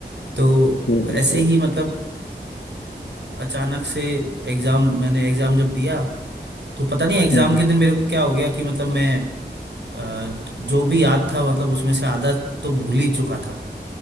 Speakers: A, on the right (about 80°); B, on the left (about 85°).
A: तो
B: जी जी
A: ऐसे
B: जी
A: ही मतलब अ, अचानक से एग्जाम मैंने एग्जाम जब दिया तो पता नहीं एग्जाम
B: हम्म हम्म,
A: के दिन मेरे को क्या हो गया कि मतलब मैं अ, जो भी याद था मतलब उसमें से आधा तो भूल ही चुका था